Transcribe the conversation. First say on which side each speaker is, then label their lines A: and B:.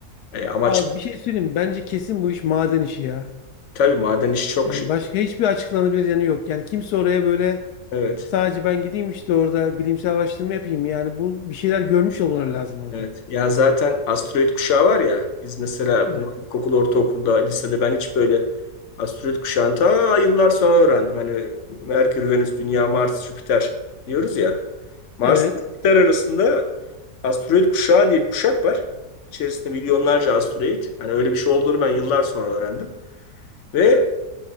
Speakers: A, on the left (about 55°); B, on the left (about 80°).
A: e, amaç.
B: Abi bir şey söyleyeyim. mi? Bence kesin bu iş maden işi ya.
A: Tabii maden işi çok
B: Yani başka hiçbir açıklanabilir yanı yok. Yani kimse oraya böyle
A: Evet,
B: sadece ben gideyim işte orada bilimsel araştırma yapayım. Yani bu bir şeyler görmüş olmaları lazım orada.
A: evet. Ya zaten asteroid kuşağı var ya, biz mesela
B: Evet.
A: bunu ilkokul, ortaokulda, lisede ben hiç böyle asteroid kuşağını ta yıllar sonra öğrendim. Hani Merkür, Venüs, Dünya, Mars, Jüpiter diyoruz ya. Mars
B: Evet.
A: ile Jüpiter arasında asteroid kuşağı diye bir kuşak var. İçerisinde milyonlarca asteroid. Hani öyle bir şey olduğunu ben yıllar sonra öğrendim. Ve